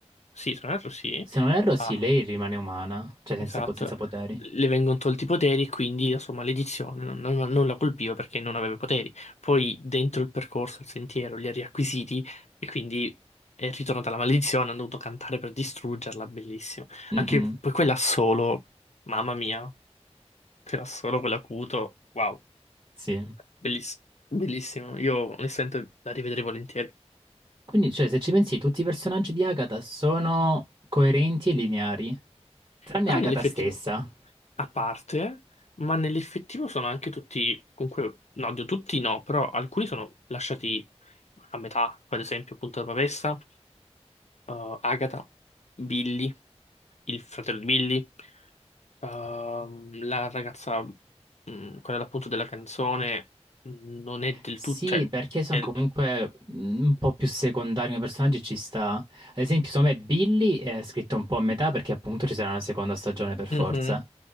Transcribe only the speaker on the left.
Sì, se non erro sì.
Ah,
Esatto,
le vengono tolti i poteri e quindi la sua maledizione non, non- non la colpiva perché non aveva poteri. Poi dentro il percorso, il sentiero, li ha riacquisiti e quindi è ritornata la maledizione, hanno dovuto cantare per distruggerla, bellissimo.
Anche poi quella solo, mamma mia, quella solo, quell'acuto, wow,
belliss- bellissimo. Io onestamente la rivedrei volentieri.
Però
nell'effettivo,
a parte, ma nell'effettivo sono anche tutti, comunque, no, oddio, tutti no, però alcuni sono lasciati a metà, come ad esempio appunto la Pavessa, eh, Agatha, Billy, il fratello di Billy, ehm, la ragazza, mh, quella appunto della canzone, mh, non è del
tutto, cioè,
è-
Mhm.